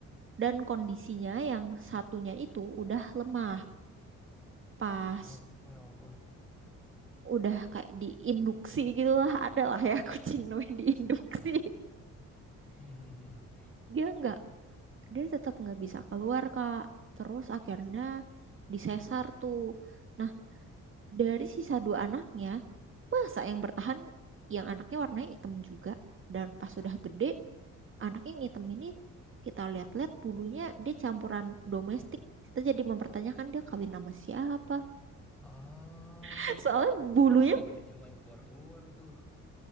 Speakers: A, on the right; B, in the centre.
A: dan kondisinya yang satunya itu udah lemah. Pas
B: Oh, oh ya ampun.
A: udah kayak diinduksi gitu lah, <laughs> ada lah ya kucing namanya diinduksi.
B: <laughs> Hmm.
A: <laughs> Dia nggak, dia tetap nggak bisa keluar Kak. Terus akhirnya disesar tuh. Nah dari sisa dua anaknya Masa yang bertahan yang anaknya warnanya hitam juga dan pas sudah gede anaknya yang hitam ini kita lihat-lihat bulunya dia campuran domestik. Kita jadi mempertanyakan dia kawin sama siapa.
B: Ah,
A: <laughs> Soalnya bulunya
B: Wah, itu berarti dia main keluar-keluar tuh.